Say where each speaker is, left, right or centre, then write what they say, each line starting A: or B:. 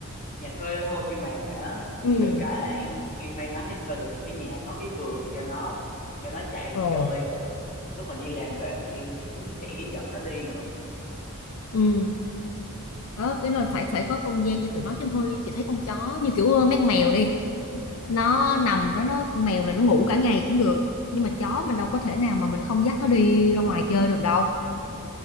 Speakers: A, on the left; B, on the left.
A: nhà thuê thôi nhưng mà á,
B: ừ
A: được cái là em em may mắn em thuê được một cái nhà có cái vườn cho nó cho nó chạy
B: Ồ,
A: chơi về lúc mà đi làm về thì em cũng sẽ dẫn nó đi nữa.
B: ừ đó cái là phải phải có không gian cho tụi nó chứ thôi chị thấy con chó như kiểu ờ, mấy con mèo đi nó nằm đó nó con mèo là nó ngủ cả ngày cũng được nhưng mà chó mình đâu có thể nào mà mình không dắt nó đi ra ngoài chơi được đâu